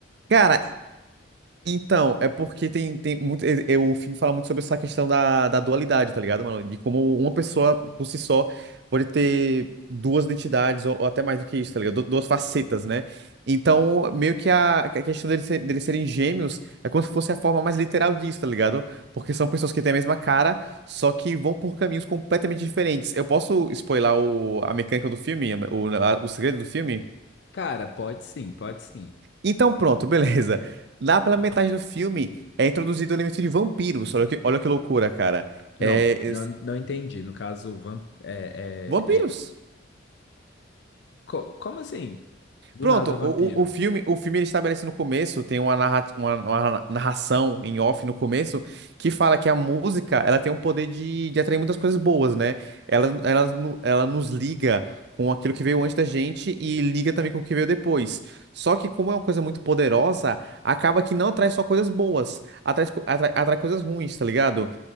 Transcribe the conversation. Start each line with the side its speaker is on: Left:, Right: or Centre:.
Right: cara. Então, é porque tem, tem muito. é- é- o filme fala muito sobre essa questão da, da dualidade, tá ligado, mano? De como uma pessoa, por si só, pode ter duas identidades, ou, ou até mais do que isso, tá ligado? Du- Duas facetas, né? Então, meio que a, a questão deles, ser- deles serem gêmeos é como se fosse a forma mais literal disso, tá ligado? Porque são pessoas que têm a mesma cara, só que vão por caminhos completamente diferentes. Eu posso spoiler o, a mecânica do filme, a- o, a- o segredo do filme?
Left: Cara, pode sim, pode sim.
Right: Então, pronto, beleza. Lá pela metade do filme é introduzido o elemento de vampiros. Olha que, olha que loucura, cara.
Left: Não,
Right: É,
Left: não,
Right: es-
Left: não entendi. No caso, vamp é,
Right: vampiros.
Left: é, é- co- como assim? Do
Right: Pronto,
Left: nada
Right: o,
Left: vampiro.
Right: o, o filme, o filme ele estabelece no começo, tem uma, narra, uma, uma narração em off no começo, que fala que a música, ela tem um poder de, de atrair muitas coisas boas, né? Ela, ela, no- ela nos liga com aquilo que veio antes da gente e liga também com o que veio depois. Só que como é uma coisa muito poderosa, acaba que não atrai só coisas boas, atrai, co- atrai, atrai coisas ruins, tá ligado?